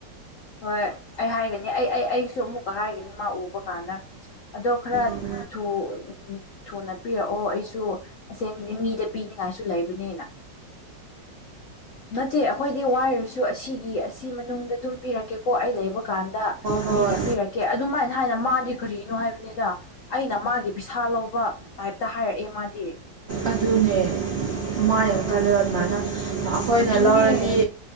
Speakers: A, on the left; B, on the right.
A: ꯍꯣꯏ ꯑꯩ ꯍꯥꯏꯒꯅꯤ ꯑꯩ ꯑꯩ ꯑꯩꯁꯨ ꯑꯃꯨꯛꯀ ꯍꯥꯏꯒꯅꯤ ꯃꯥ ꯎꯕ ꯀꯥꯟꯗ ꯑꯗꯣ ꯈꯔ
B: ꯍꯣꯏ
A: ꯊꯨ ꯎ ꯊꯨꯅ ꯄꯤꯔꯛꯑꯣ ꯑꯩꯁꯨ ꯑꯁꯦꯡꯕꯗꯤ ꯃꯤꯗ ꯄꯤꯅꯤꯉꯥꯏꯁꯨ ꯂꯩꯕꯅꯤꯅ ꯅꯠꯇꯦ ꯑꯩꯈꯣꯏꯗꯤ ꯋꯥꯏꯔꯁꯨ ꯑꯁꯤꯒꯤ ꯑꯁꯤ ꯃꯅꯨꯡꯗ ꯑꯗꯨꯝ ꯄꯤꯔꯛꯀꯦꯀꯣ ꯑꯩ ꯂꯩꯕ ꯀꯥꯟꯗ
B: ꯍꯣꯏ
A: ꯄꯤꯗꯤ ꯄꯤꯔꯛꯀꯦ ꯑꯗꯨꯃꯥꯏꯅ ꯍꯥꯏꯅ ꯃꯥꯗꯤ ꯀꯔꯤꯅꯣ ꯍꯥꯏꯕꯅꯤꯗ ꯑꯩꯅ ꯃꯥꯒꯤ ꯄꯩꯁꯥ ꯂꯧꯕ ꯇꯥꯏꯞꯇ ꯍꯥꯏꯔꯛꯑꯦ ꯃꯥꯗꯤ
B: ꯑꯗꯨꯅꯦ ꯃꯃꯥꯏ ꯌꯥꯝ ꯀꯜꯂꯦꯕ ꯑꯗꯨꯃꯥꯏꯅ ꯑꯩꯈꯣꯏꯅ
A: ꯑꯗꯨꯅꯦ
B: ꯂꯧꯔꯗꯤ